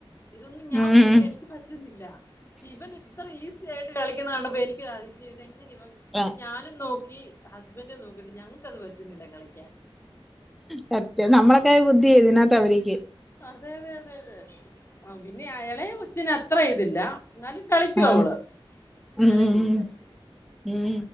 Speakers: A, on the left; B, in the centre.
A: ഇതൊന്നും ഞാൻ
B: ഉം
A: നോക്കീട്ട് എനിക്ക് പറ്റുന്നില്ല. ഇവനിത്ര ഈ സിയായിട്ട് കളിക്കണണ്ടപ്പോ എനിക്കതിശയം. ഇതെങ്ങനിവൻ
B: ആ
A: ഞാനും നോക്കി ഹസ്‌ബൻ്റും നോക്കിട്ട് ഞങ്ങക്കത് പറ്റുന്നില്ല കളി
B: സത്യം നമ്മളേക്കാൾ
A: ആ
B: ബുദ്ധിയാ
A: ആ
B: ഇതിനകത്ത് അവരിക്ക്.
A: അതെ അതെ അതെ അതെ ആ പിന്നെ അയെളയെ കൊച്ചിനത്ര ഇതില്ല. ന്നാലും കളിക്കു
B: ആ
A: അവള്
B: ഉം
A: എളയ
B: ഉം
A: പുള്ളിക്കാരി.
B: ഉം